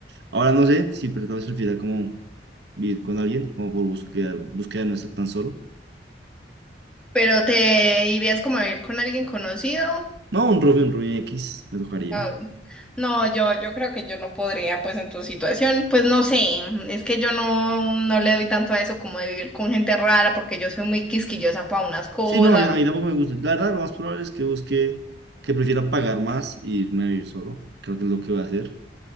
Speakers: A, on the right (about 60°); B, in the centre.
A: Ahora no sé, sí, pero tal vez prefiera como vivir con alguien, como por buscar, búsqueda de no estar tan solo.
B: Pero te irías como a ir con alguien conocido
A: No, un roomie, un roomie X, me tocaría.
B: Ah, No, yo, yo creo que yo no podría, pues en tu situación, pues no sé, es que yo no, no le doy tanto a eso como de vivir con gente rara, porque yo soy muy quisquillosa para unas cosas.
A: Sí, no, ahí ahí tampoco me gusta. La verdad, lo más probable es que busque, que prefiera pagar más y irme a vivir solo. Creo que es lo que voy a hacer.